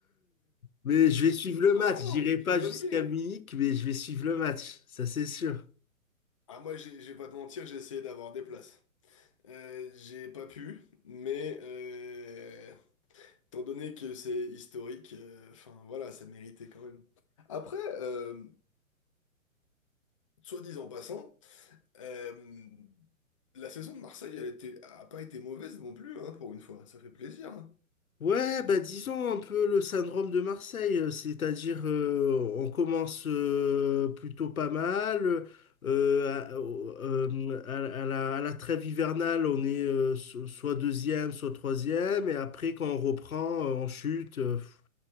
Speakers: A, on the left; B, on the left.
A: Mais je vais suivre le
B: Je comprends,
A: match. J'irai
B: mais
A: pas
B: c'est de bonne
A: jusqu'à
B: guerre.
A: Munich, mais je vais suivre le match. Ça, c'est sûr.
B: Ah, moi, j'ai, je vais pas te mentir, j'ai essayé d'avoir des places. Euh, j'ai pas pu, mais euh, étant donné que c'est historique, euh, enfin voilà, ça méritait quand même. Après, euh, soit dit en passant, euh, la saison de Marseille, elle était, a pas été mauvaise non plus, hein, pour une fois. Ça fait plaisir. hein.
A: Ouais, bah disons un peu le syndrome de Marseille, euh, c'est-à-dire euh, on commence euh, plutôt pas mal, euh, à, au- euh, à- à la, à la trêve hivernale on est euh, so- soit deuxième, soit troisième, et après quand on reprend, euh, on chute, euh, pff,